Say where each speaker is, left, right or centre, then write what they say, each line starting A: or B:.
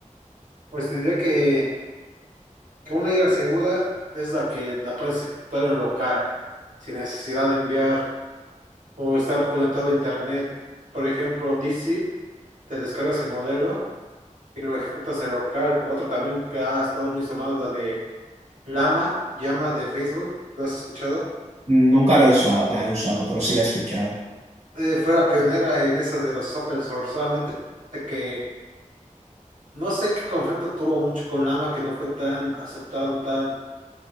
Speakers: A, on the right (about 85°); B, on the right (about 60°).
A: Pues te diré que, que una ida segura es la que la puedes ejecutar en local, sin necesidad de enviar o estar conectado a internet. Por ejemplo, DZIP, te descargas el modelo y lo ejecutas en local. Otro también que ha estado muy sonado es la de Llama, Llama de Facebook, ¿lo has escuchado?
B: Nunca lo he usado, la he usado, pero sí la he escuchado.
A: Eh, fuera pionera en eso de los open source, solamente que no sé qué conflicto tuvo mucho con Llama que no fue tan aceptado, tan,